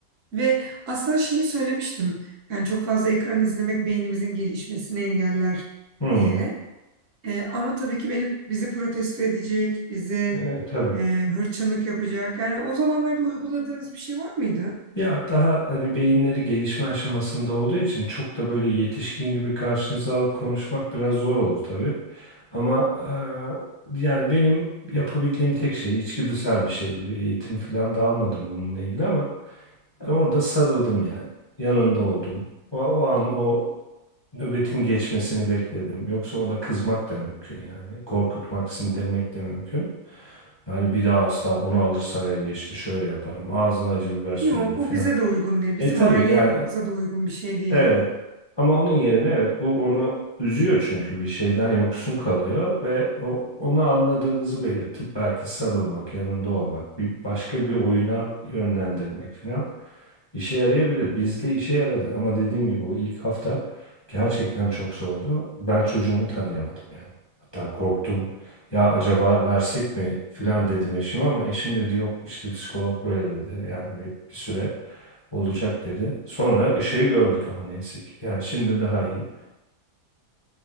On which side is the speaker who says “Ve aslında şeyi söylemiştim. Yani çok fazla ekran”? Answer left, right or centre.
Right